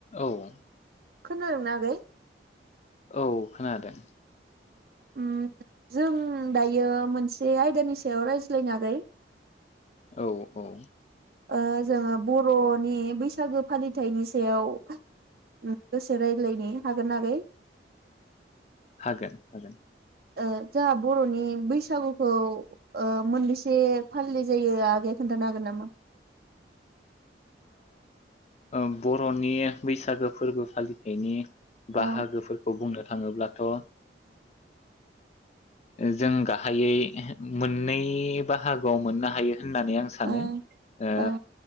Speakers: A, on the left; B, on the right.
A: औ।
B: खोनादोंनो आगै?
A: औ खोनादों।
B: उम जों दायो मोनसे आयदानि सायाव रायज्लायनो आगै।
A: औ औ।
B: ओ जोङो बरनि बैसागो फालिथाइनि सायाव उम दसे रायलायनि हागोन ना आगै।
A: हागोन हागोन।
B: ओ जोंहा बरनि बैसागुखौ ओ मोनबैसे फालिनाय जायो आगैया खोन्थानो हागोन नामा?
A: ओ बरनि बैसागो फोरबो फालिथायनि
B: औ
A: बाहागोफोरखौ बुंनो थाङोब्ला थ ओ जों गाहायै मोननै बाहागोआव मोननो हायो। होननानै आं
B: ओं
A: सानो
B: ओं
A: ओ